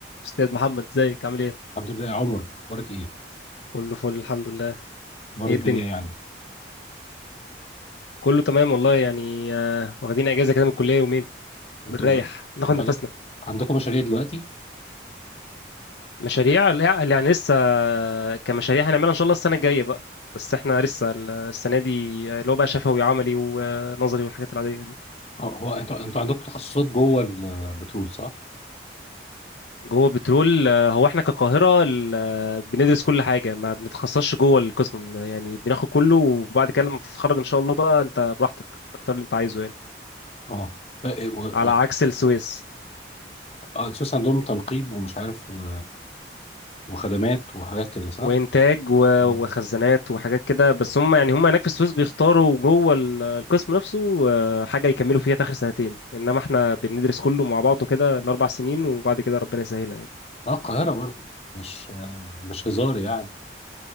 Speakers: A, on the left (about 75°); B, on the left (about 35°).
A: استاذ محمد ازيك عامل ايه
B: الحمد لله يا عمر اخبارك ايه
A: كله فل الحمد لله
B: اخبار
A: ايه
B: الدنيا
A: الدنيا
B: ايه عندك
A: كله تمام والله يعني آه، واخدين اجازه كده من الكليه يومين
B: انتوا
A: بنريح
B: ب...
A: ناخد
B: انتوا
A: نفسنا
B: عندك... عندكم مشاريع دلوقتي
A: مشاريع لا، يعني لسه آه، كمشاريع هنعملها ان شاء الله السنه الجايه بقى بس احنا لسه ال- السنه دي آه، اللي هو بقى شفوي وعملي ونظري والحاجات العاديه دي
B: اه هو انتوا انتوا عندكم تخصصات جوه البترول صح
A: جوه بترول آه، هو احنا كقاهره ال- آه، بندرس كل حاجه ما بنتخصصش جوه القسم يعني بناخد كله وبعد كده لما بتتخرج ان شاء الله بقى انت براحتك تختار اللي انت عايزه يعني
B: اه ف- و...
A: على عكس السويس
B: اه اساس عندهم تنقيب ومش عارف و... وخدمات وحاجات كده صح
A: وانتاج و-
B: اه
A: وخزانات وحاجات كده بس هم يعني هم هناك في السويس بيختاروا جوه ال- القسم نفسه آه، حاجه يكملوا فيها في اخر سنتين انما احنا بندرس كله مع بعضه كده الاربع سنين وبعد كده ربنا يسهلها يعني
B: اه القاهره برضو مش آه، مش هزار يعني